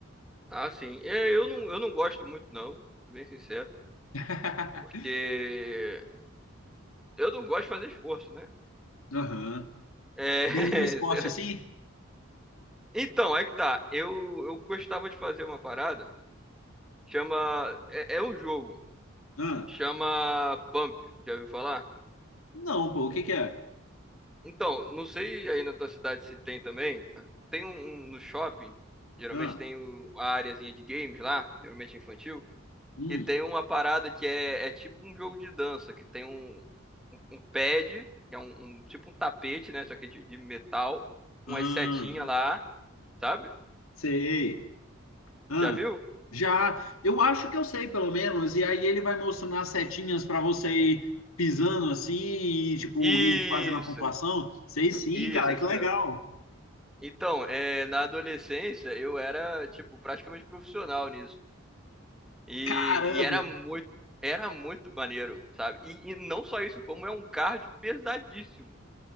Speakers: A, in the centre; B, on the left.
A: Ah, sim. É, eu não, eu não gosto muito, não. Sou bem sincero.
B: <laughs>
A: Porque eu não gosto de fazer esforço, né?
B: Aham.
A: É,
B: Nenhum
A: <laughs>
B: esporte
A: sei lá.
B: assim?
A: Então, aí que tá. Eu, eu gostava de fazer uma parada. Chama. É, é um jogo.
B: Ah,
A: Chama Pump. Já ouviu falar?
B: não, pô, o que que é?
A: Então, não sei aí na tua cidade se tem também. mas Tem um, um no shopping. Geralmente
B: Ah,
A: tem o- a areazinha de games lá. Geralmente infantil.
B: hum,
A: e tem uma parada que é, é tipo um jogo de dança, que tem um, um, um pad, que é um, um- tipo um tapete, né? Só que de, de metal, com
B: ah,
A: as setinhas lá, sabe?
B: sei. Ah,
A: Já viu?
B: já, eu acho que eu sei, pelo menos, e aí ele vai mostrando as setinhas para você ir pisando assim, e, tipo,
A: Isso,
B: ir fazendo a pontuação. Sei sim,
A: isso,
B: cara,
A: é isso
B: que legal.
A: mesmo. Então, é, na adolescência eu era, tipo, praticamente profissional nisso. E,
B: Caramba!
A: e era muito, era muito maneiro, sabe? E, e não só isso, como é um cardio pesadíssimo.